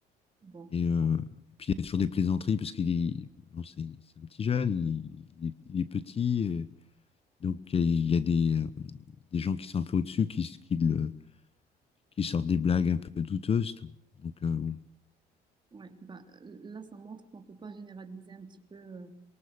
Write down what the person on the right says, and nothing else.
Bon,
ouais, bah euh, là, ça montre qu'on peut pas généraliser un petit peu euh,